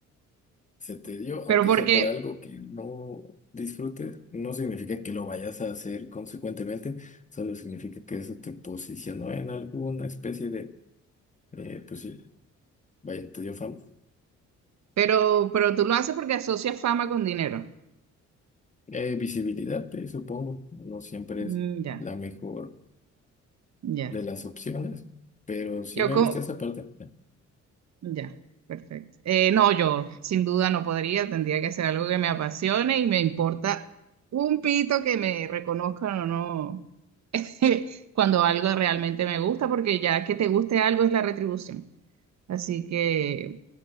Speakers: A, on the left (about 25°); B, on the right (about 65°).
A: Se te dio, aunque
B: Pero porque,
A: sea por algo que no disfrutes, no significa que lo vayas a hacer consecuentemente, solo significa que eso te posicionó en alguna especie de, eh, pues sí, vaya, te dio fama.
B: pero, pero tú lo haces porque asocias fama con dinero.
A: Eh, visibilidad, eh, supongo, no siempre
B: Mm,
A: es
B: ya,
A: la mejor
B: ya.
A: de las opciones, pero sí
B: Yo
A: me
B: con,
A: gusta esa parte.
B: ya, perfecto. Eh, no, yo sin duda no podría, tendría que hacer algo que me apasione y me importa un pito que me reconozcan o no <laughs> cuando algo realmente me gusta, porque ya que te guste algo es la retribución. Así que,